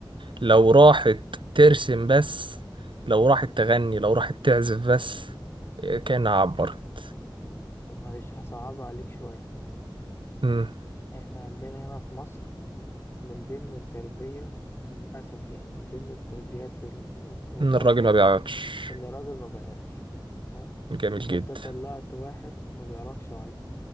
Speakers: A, on the right; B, on the left.
A: لو راحت ترسم بس لو راحت تغني لو راحت تعزف بس إيه، كأنها عبرت
B: طب معلش هصعب عليك شوية
A: مم.
B: احنا عندنا هنا في مصر من ضمن التربية للأسف يعني من ضمن التربيات ال- ال- الراجل
A: إن الراجل ما بيعيطش
B: إن الراجل ما بيعيطش تمام
A: جميل جدا
B: فأنت طلعت واحد ما بيعرفش يعيط